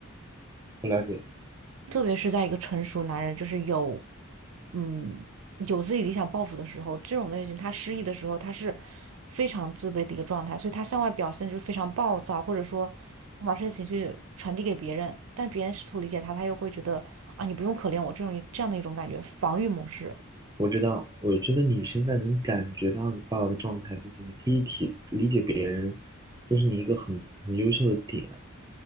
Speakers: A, on the right (about 15°); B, on the right (about 70°).
A: 不了解，
B: 特别是在一个成熟男人，就是有，嗯，有自己理想抱负的时候，这种类型他失意的时候，他是非常自卑的一个状态，所以他向外表现就是非常暴躁，或者说想把这些情绪传递给别人，但别人试图理解他，他又会觉得啊，你不用可怜我这种这样的一种感觉，防御模式。
A: 我知道，我觉得你现在能感觉到你爸爸的状态，并且你可以体理解别人，就是你一个很很优秀的点。